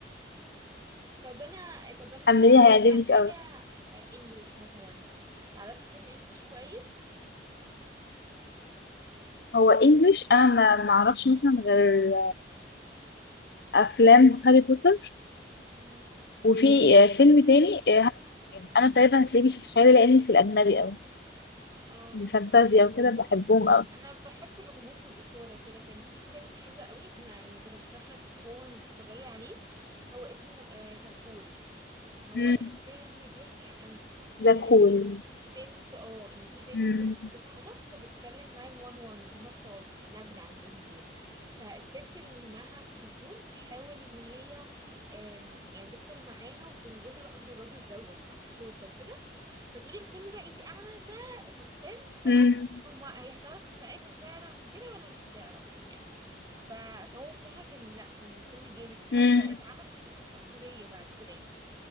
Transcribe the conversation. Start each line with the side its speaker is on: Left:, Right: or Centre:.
Right: طب انا طب انا
Left: حمليها
Right: مثلا لو عايزة
Left: هيعجبك
Right: حاجة
Left: قوي
Right: آه، انجلش مثلا تعرفي فيلم انجلش كويس
Left: هو انجليش انا ما ما اعرفش مثلا غير افلام هاري بوتر
Right: امم
Left: وفي آه، فيلم تاني آه، هاري- انا تقريبا هتلاقيني في الخيال العلمي في الاجنبي قوي
Right: اه
Left: الفانتازيا وكده بحبهم قوي
Right: انا بحب الغموض والاثارة وكده كان في فيلم حلو قوي انا يعني برشح لك بقوة انك تتفرجي عليه هو اسمه ذا كول هو
Left: مم.
Right: الفيلم بيحكي عن
Left: ده
Right: آه، ان
Left: كول
Right: في بنت اه ان في بنت
Left: مم.
Right: بتتخطف فبتكلم 911 اللي هما بتوع النجدة عندهم دول فالست اللي معاها التليفون بتحاول ان هي آم، يعني تفضل معاها وتنجزها بقى من الراجل دوت مع الشرطة وكده فتقولي الفيلم بقى انت قاعده ده سسبنس بقى
Left: مم.
Right: هما هي هتعرف تساعدها فعلا وكده ولا مش هتعرف يعني ف... فهو بصراحه كان لا كان فيلم جامد وحتى
Left: مم.
Right: اتعمل منه نسخه كوريه بعد كده يعني